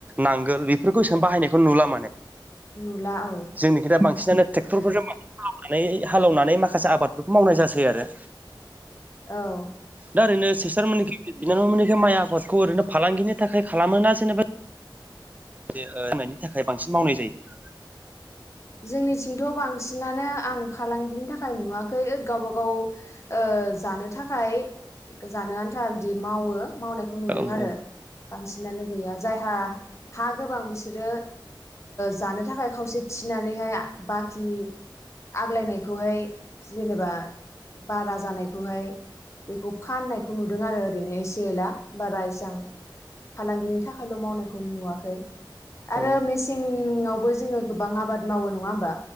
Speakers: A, on the right; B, on the left.
A: नांगो ल बेफोरखौ एसेबां बाहायनायखौ नुला माने
B: नुला औ
A: जोंनिखि दा बांसिनानो ट्रेक्टरफोरजोंनानै हालेवनानै माखासे आबादफोरखौ मावनाय जासै आरो।
B: औ
A: दा ओरैनो सिसथार मोननिखै बिनानाव मोननिखै माइ आबादखौ ओरैनो फालांगिनि थाखाय खालामोना जेनेबा? दे ओ- दोननायनि थाखाय बांसिन मावनाय जायो।
B: जोंनिथिंथ' बांसिनानो आं फालांगिनि थाखाय नुवाखै ओ-गावबा गाव ओ ओ- जानो थाखाय जानो आन्था बिदि मावो। मावनायखौ नुदों
A: औ
B: आरो
A: औ
B: बांसिनानो गैया जायहा। हा गोबां बिसोरो जानो ओ-थाखाय खावसे। थिनानैहाय बाखि। आग्लायनायखौहाय जेनेबा बारा जानायखौहाय। बेखौ फाननायखौ नुदों आरो ओरैनो एसे एला बारा एसां। फालांगिनि थाखायल' मावनायखौ नुवाखै ।आरो
A: औ
B: मेसेङावबो जोङो। गोबां आबाद मावो नङा होमबा?